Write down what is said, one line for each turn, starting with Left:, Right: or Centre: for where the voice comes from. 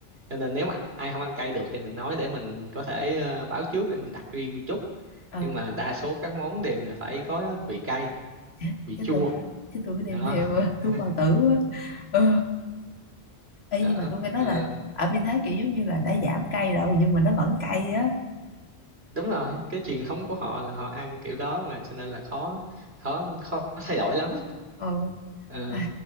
Right: cho nên nếu mà ai không ăn cay được thì mình nói để mình có thể ờ, báo trước để mình đặt riêng chút
Left: Ừ
Right: nhưng mà đa số các món đều là phải có vị cay
Left: Chắc,
Right: vị
Left: chắc
Right: chua
Left: tôi Chắc tôi phải đem
Right: đó
Left: theo <laughs> ờ,
Right: <laughs>
Left: thuốc bao tử quá Ừ Ê,
Right: đó
Left: nhưng mà tôi nghe nói
Right: Ờ,
Left: là ở bên Thái kiểu giống như là đã giảm cay rồi nhưng mà nó vẫn cay á
Right: đúng rồi cái truyền thống của họ là họ ăn kiểu đó mà cho nên là khó khó khó thay đổi lắm
Left: ờ
Right: Ờ,
Left: à,